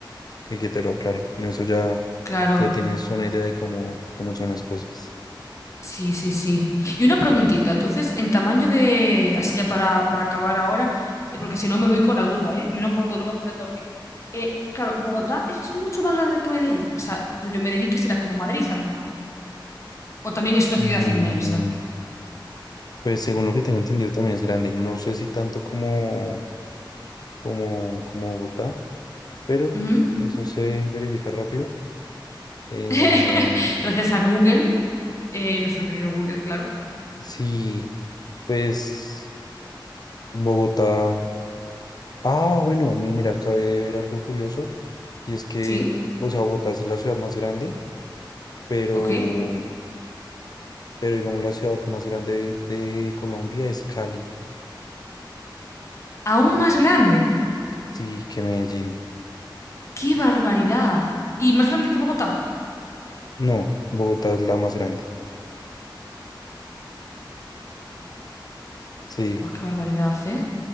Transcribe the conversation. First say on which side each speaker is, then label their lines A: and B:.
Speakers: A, on the left; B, on the left.
A: que, que te lo aclare. Con eso ya,
B: Claro.
A: ya tienes una idea de cómo, cómo son las cosas.
B: Sí, sí, sí. Y una preguntita, entonces, en tamaño de, así ya para, para acabar ahora, eh, porque si no me voy con la duda, ¿eh? No puedo, no voy a poder dormir. Eh, claro, Bogotá es mucho más grande que Medellín. O sea, rollo Medellín que será como Madrid a lo mejor. O también es una
A: Em,
B: ciudad inmensa.
A: pues según lo que tengo entendido también es grande. No sé si tanto como, como, como Bogotá, pero
B: Ujú.
A: eso se verifica rápido. Eh,
B: <laughs> Gracias a Google, eh, nuestro querido Google, claro.
A: sí, pues Bogotá. Ah, bueno, mi- mira, acabé de ver algo curioso. Y es que,
B: Sí.
A: o sea, Bogotá es la ciudad más grande, pero...
B: Ok.
A: pero digamos la ciudad más grande de, de Colombia es Cali,
B: Aún más grande.
A: sí, que Medellín.
B: ¡Qué barbaridad! ¿Y más grande que Bogotá?
A: No, Bogotá es la más grande.
B: Hostis, hostis.
A: Sí,
B: Buah, qué barbaridad, ¿eh?